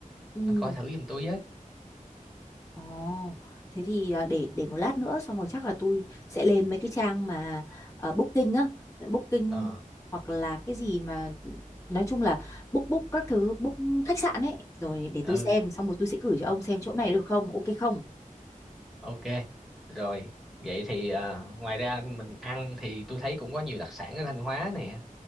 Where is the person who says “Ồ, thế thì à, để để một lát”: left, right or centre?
Left